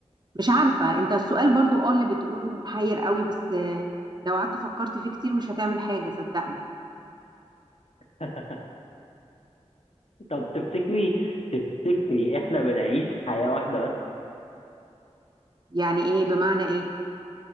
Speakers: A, on the right; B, on the left.
A: مش عارفة انت السؤال برضو اه اللي بتقوله محير قوي بس آه، لو قعدت فكرت فيه كتير مش هتعمل حاجة صدقني
B: <laughs> طب تفتكري تفتكري احنا بنعيش حياة واحدة بس
A: يعني ايه بمعنى ايه